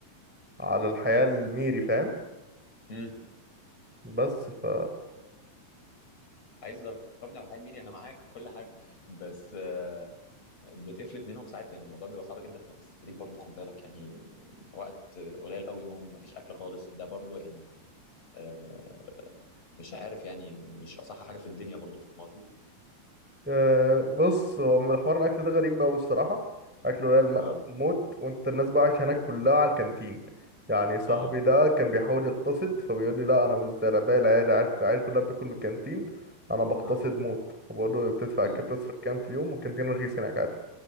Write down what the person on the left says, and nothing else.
امم
عايز ضربني على حال ميري انا معاك وكل حاجه بس آه، بتفلت منهم ساعات يعني الموضوع بيبقى صعب جدا في مركز التدريب برضه خد بالك يعني وقت قليل قوي نوم مفيش اكل خالص ده برضه يعني آه، مش عارف يعني مش أصح حاجة في الدنيا برضه فاهم قصدي؟
آه
آه
آه
إمم،